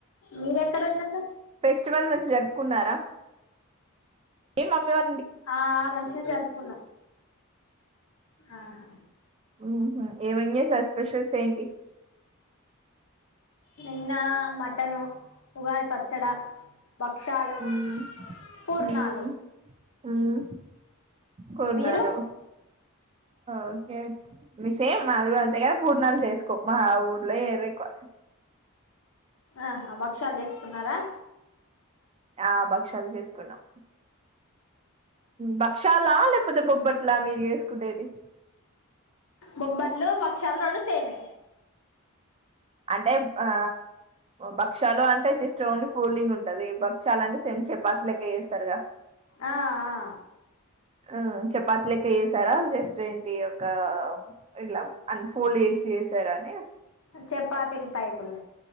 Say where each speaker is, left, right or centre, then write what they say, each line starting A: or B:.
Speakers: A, on the left (about 75°); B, on the right (about 25°).
A: మీరెక్కడ ఉన్నారు
B: ఫెస్టివల్ మంచిగ జరుపుకున్నారా. ఏ మమ్మీ వాల్.
A: ఆ మంచిగా జరుపుకున్నాం ఆహా
B: ఉహు ఏమయ్య సస్ స్పెషల్స్ ఏంటి
A: నిన్న మాటను ఉగాది పచ్చడా బక్షాలు
B: ఉమ్
A: పూర్ణాలు
B: ఉమ్ ఉమ్ పూర్ణాలు
A: మీరు
B: ఓకే మీ సేమ్ అది కూడా అంతేగాని పూర్ణాలు చేసుకో మా ఊర్లో ఏరెక్వ
A: ఆహా బక్ షాలు చేసుకున్నారా
B: ఆ భక్ష్యాలు చేసుకున్నాం భక్ష్యాలా లేకపోతే బొబ్బట్లా మీరు వేసుకుండేది
A: బొబ్బట్లు భక్షాలు రెండు సేమే
B: అంటే ఆ భక్షలు అంటే జస్ట్ ఓన్లీ ఫూలింగ్ ఉంటది భక్ష్య అంటే సేమ్ చపాతి లెక్క చేస్తారుగా
A: ఆ ఆ
B: ఆ చపాతి లెక్క చేసారా జస్ట్ ఏంటి ఒక ఇలా అన్ ఫోల్డ్ చేసి చేశారా అని
A: చపాతీల్ టైపుల్